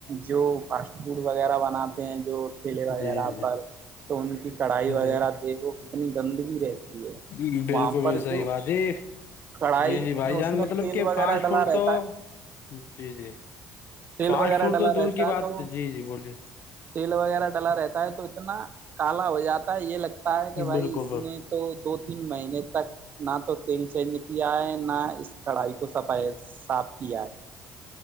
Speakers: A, on the right (about 45°); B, on the left (about 60°).
A: جو فاسٹ فوڈ وغیرہ بناتے ہیں جو کھیلے وغیرہ
B: جی جی جی
A: پر تو ان کی کڑھائی
B: جی
A: وغیرہ دیکھو کتنی گندگی رہتی ہے
B: کی بالکل
A: وہاں پر
B: صحیح
A: جو
B: بات ہے
A: کڑھائی
B: جی جی بھائی جان
A: اس میں
B: مطلب
A: تیل
B: کہ
A: وغیرہ
B: فاسٹ
A: ڈلا
B: فوڈ
A: رہتا
B: تو
A: ہے
B: جی جی
A: تیل
B: فاسٹ
A: وغیرہ
B: فوڈ
A: ڈلا
B: تو دور
A: رہتا
B: کی بات
A: ہے تو
B: تھی جی جی بولیے
A: تیل وغیرہ ڈلا رہتا ہے تو اتنا کالا ہو جاتا ہے یہ لگتا ہے کہ بھائی
B: بالکل
A: اس
B: بالکل
A: نے تو دو تین مہینے تک ناتو تیل چینج کیا ہے نا اس کڑھائی کو صفائی صاف کیا ہے